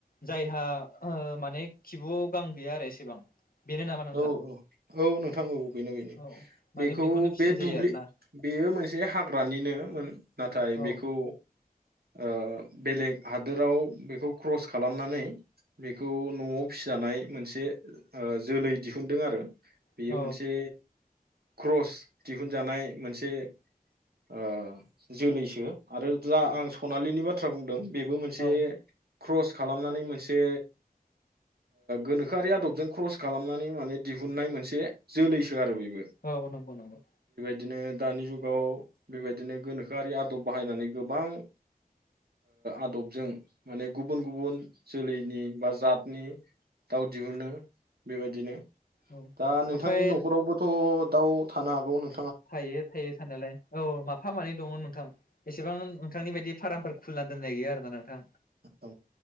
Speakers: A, on the left; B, on the right.
A: जायहा माने खिबुआव गां गैया आरो एसेबां बेनो नामा नोंथां
B: औ औ औ नोंथां औ बेनो बेनो
A: औ माने
B: बेखौ
A: बेखौनो फिसिनाय
B: बे दुब्लि
A: जायो आरोना
B: बेयो मोनसे हाग्रानिनो नाथाय
A: औ
B: बेखौ ओ बेलेग हादोराव बेखौ क्रस खालामनानै बेखौ न'आव फिसिजानाय मोनसे जोलै दिहुनदों आरो। बेयो
A: औ
B: मोनसे क्रस दिहुनजानाय मोनसे ओ जोलैसो। आरो जा आं सनालिनि बा थ्रा बुंदों। बेबो मोनसे
A: औ
B: क्रस खालामनानै मोनसे गोनोखोआरि आदबजों क्रस खालामनानै माने दिहुननाय मोनसे जोलैसो आरो बे
A: औ नंगौ नंगौ
B: बिदिनो दानि जुगाव बेबायदिनो गोनोखोआरि आदब बाहायनानै गोबां आदबजों माने गुबुन-गुबुन जोलैनि बा जातनि दाउ दिहुनो बेबायदिनो
A: औ
B: दा नोंथांनि
A: ओमफ्राय
B: न'खरावबोथ' दाव थानो हागौ नों
A: थायो थायो थानायालाय औ माफा मानै दङ नोंथां एसेबां नोंथांनि बायदि फार्मफोर खुलिना दोननाय गैया आरोना नोंथां।
B: औ